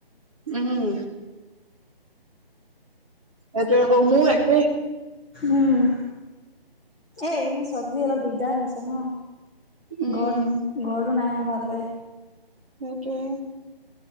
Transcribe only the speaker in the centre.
উম, এই এইকেইদিন চব্জি অলপ দিগদাৰ হৈছে ন।
ঘৰত ঘৰতো নাই হোৱা ভালকে।